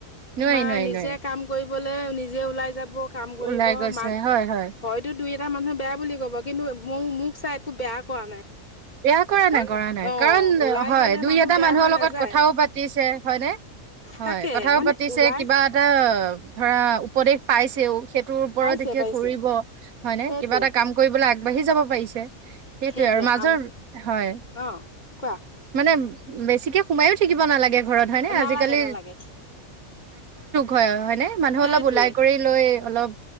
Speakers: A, on the right; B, on the left.
A: নোৱাৰি
B: তোমাৰ
A: নোৱাৰি
B: নিজে
A: নোৱাৰি
B: কাম কৰি নিজে ওলাই যাব কাম কৰিব
A: ওলাই গৈছে
B: ম
A: হয় হয়
B: হয়তো এটা মানুহে বেয়া বুলি ক'ব কিন্তু মই মোক চাই একো
A: বেয়া কৰা
B: কাৰণ
A: নাই কৰা নাই
B: অ
A: কাৰণ
B: ওলাই
A: হয়
B: গলে
A: দুই
B: মানুহ
A: এটা
B: বেয়া
A: মানুহৰ
B: হৈ
A: লগত
B: নাযায়
A: কথাও পাতিছে হয়নে। হয়
B: তাকে মানে
A: পিছে
B: ওলাই
A: কিবা এটা ধৰা উপদেশ পাইছেও সেইটোৰ ওপৰত
B: পাইছে
A: এতিয়া
B: পাইছে
A: কৰিব হয় নে
B: সেইটোৱে
A: কিবা এটা কাম কৰিবলৈ আগবাঢ়ি যাব
B: সেইটোৱে আম
A: হয়
B: অ কোৱা
A: মানে বেছিকে সোমায়ো থাকিব নালাগে ঘৰত হয়নে
B: নালাগে
A: আজিকালি
B: নালাগে
A: হয় হয়নে মানুহ
B: সেইটোৱে
A: অলপ ওলাই কৰি লৈ অলপ